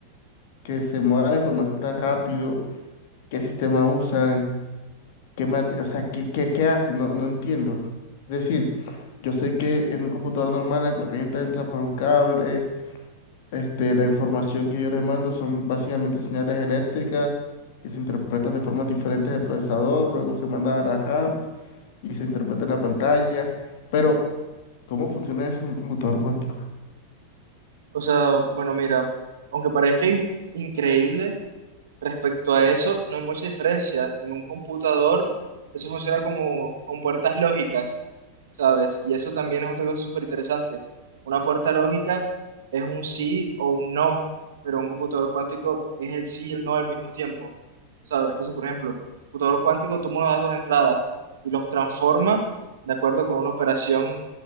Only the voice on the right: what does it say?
O sea, bueno, mira, aunque parezca in- increíble. Respecto a eso, no hay mucha diferencia. En un computador, eso funciona como con puertas lógicas, ¿sabes? Y eso también es otra cosa súper interesante. Una puerta lógica es un sí o un no, pero un computador cuántico es el sí y el no al mismo tiempo, ¿sabes? Entonces, por ejemplo, un computador cuántico toma unos datos de entrada y los transforma de acuerdo con una operación